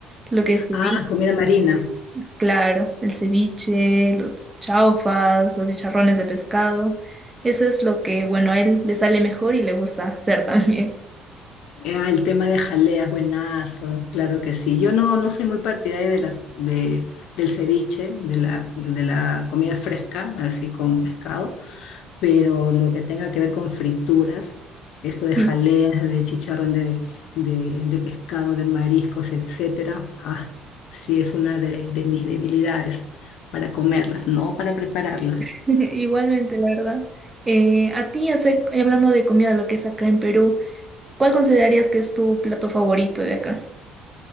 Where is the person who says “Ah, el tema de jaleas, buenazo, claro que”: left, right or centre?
Left